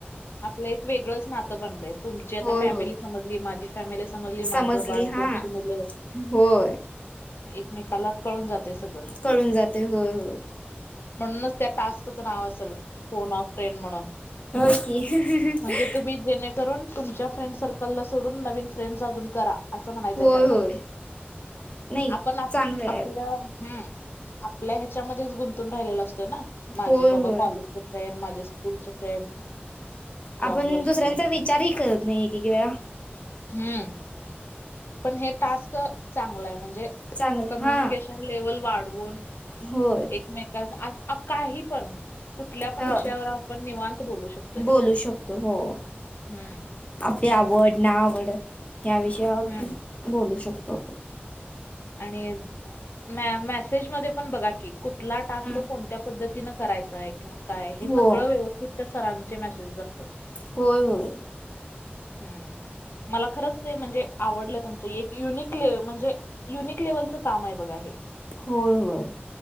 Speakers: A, on the left; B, on the left.
A: आपलं एक वेगळंच नातं बनलंय तुमची आता
B: होय
A: फॅमिली
B: होय
A: समजली माझी फॅमिली समजली
B: समजली
A: माझं बाळ
B: हां
A: तुमची मुलं
B: होय
A: एकमेकाला कळून जातय सगळं.
B: कळून जातय होय हो.
A: म्हणूनच त्या टास्कचं नाव असल फोन ऑफ फ्रेंड म्हणून
B: <unintelligible> <inaudible>
A: म्हणजे तुम्ही जेणेकरून तुमच्या फ्रेंड सर्कलला सोडून नवीन फ्रेंडस अजून करा असं म्हणायचंय
B: होय
A: त्यांना.
B: होय नाही
A: आपण आप
B: चांगलं आहे
A: आपल्या हम्म आपल्या ह्याच्यामध्येच गुंतून राहिलेला असं त ना माझे
B: होय
A: बाबा
B: होय
A: कॉलेजचे फ्रेंड माझ्या स्कूलचे फ्रेंड जॉब
B: आपण
A: वरचे
B: दुसऱ्यांचा विचारही करत नाही कि कि वेळा.
A: हम्म पण हे टास्क चांगलाय म्हणजे.
B: चांगलं
A: कम्युनिकेशन
B: हा
A: लेवल वाढवून.
B: होय
A: एकमेकांस आ आव काही पण. कुठल्या पण
B: ह
A: विषयावर आपण निवांत बोलू शकतोय,
B: बोलू शकतो हो
A: हम्म.
B: आपली आवड ना आवड या विषयावर
A: हम्म.
B: पण बोलू शकतो.
A: आणि. मॅ मेसेज मध्ये पण बघा की कुठला टास्क
B: हा
A: कोणत्या पद्धतीन करायचाय किंवा. काय हेच
B: हो
A: सगळं व्यवस्थित सरांचे मेसेजेस असतात.
B: होय होय.
A: हम्म, मला खरंच ते म्हणजे आवडलं त्यांचं एक युनिकले म्हणजे. युनिक लेव्हलचं काम आहे बघा हे
B: होय होय